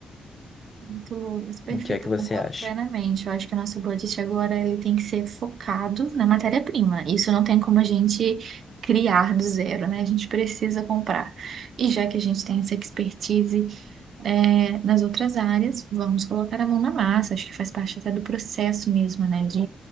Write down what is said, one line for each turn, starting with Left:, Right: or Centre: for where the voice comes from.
Right: Muito, Lucas, perfeito,
Left: O que é que
Right: eu
Left: você
Right: concordo
Left: acha?
Right: plenamente. Eu acho que o nosso budget agora ele tem que ser focado na matéria-prima. Isso não tem como a gente criar do zero, né? A gente precisa comprar. E já que a gente tem essa expertise, é, nas outras áreas, vamos colocar a mão na massa, acho que faz parte até do processo mesmo, né, de,